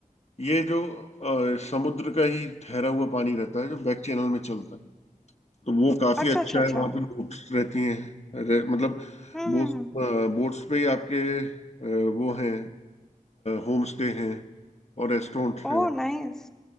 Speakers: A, on the left; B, in the centre.
A: ये जो अ, समुद्र का ही ठहरा हुआ पानी रहता है जो बैक चैनल में चलता है तो वो काफी
B: अच्छा
A: अच्छा
B: अच्छा अच्छा
A: है वहां
B: हम्म
A: पे बोट्स रहती हैं रे- मतलब
B: हम्म
A: बोट्स बोट्स पे ही आपके अ, वो हैं होम स्टे हैं और रेस्टोरेंट हैं
B: Oh nice